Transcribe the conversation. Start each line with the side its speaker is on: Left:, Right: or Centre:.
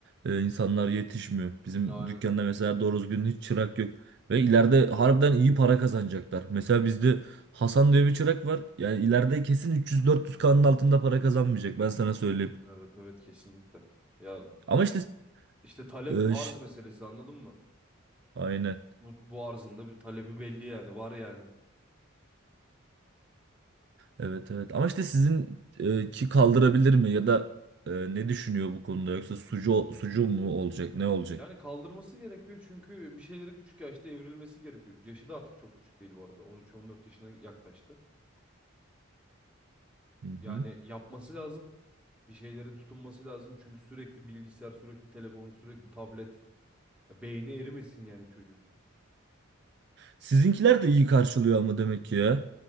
Right: e, insanlar yetişmiyor. Bizim
Centre: Aynen.
Right: dükkanda mesela doğru düzgün hiç çırak yok. Ve ileride harbiden iyi para kazanacaklar. Mesela bizde Hasan diye bir çırak var. Yani ileride kesin 300-400K'nın altında para kazanmayacak ben sana söyleyeyim.
Centre: Evet evet kesinlikle. Ya
Right: Ama işte
Centre: işte talep
Right: e,
Centre: arz
Right: ş-
Centre: meselesi anladın mı?
Right: aynen.
Centre: Bu, bu arzın da bir talebi belli yani var yani.
Right: Evet evet ama işte sizin e, ki kaldırabilir mi ya da e, ne düşünüyor bu konuda yoksa sucu sucu mu olacak ne olacak?
Centre: Yani kaldırması gerekiyor çünkü bir şeyleri küçük yaşta evrilmesi gerekiyor. Yaşı da artık çok küçük değil bu arada. 13-14 yaşına yaklaştı.
Right: Hı hı.
Centre: Yani yapması lazım. Bir şeylere tutunması lazım. Çünkü sürekli bilgisayar, sürekli telefon, sürekli tablet. Ya beyni erimesin yani çocuğun.
Right: Sizinkiler de iyi karşılıyor ama demek ki ya.